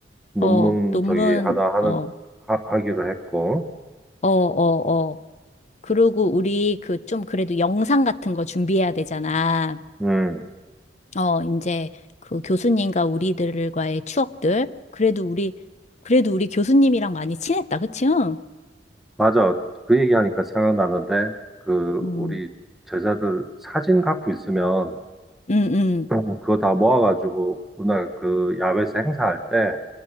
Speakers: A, in the centre; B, on the left.
A: 논문
B: 어, 논문,
A: 저기 하나 하는
B: 어,
A: 하, 하기로 했고.
B: 어, 어, 어. 그리고 우리 그 좀 그래도 영상 같은 거 준비해야 되잖아.
A: 음.
B: 어, 이제 그 교수님과 우리들과의 추억들. 그래도 우리, 그래도 우리 교수님이랑 많이 친했다. 그치? 응,
A: 맞아. 그 얘기하니까 생각나는데 그
B: 음,
A: 우리 제자들 사진 갖고 있으면
B: 음, 음,
A: <clears throat> 어, 그거 다 모아가지고 오늘 그 야외에서 행사할 때